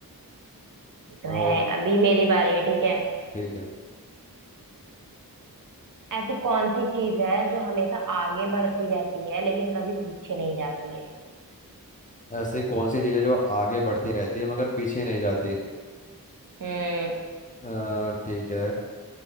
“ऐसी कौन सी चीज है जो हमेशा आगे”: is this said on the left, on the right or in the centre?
Right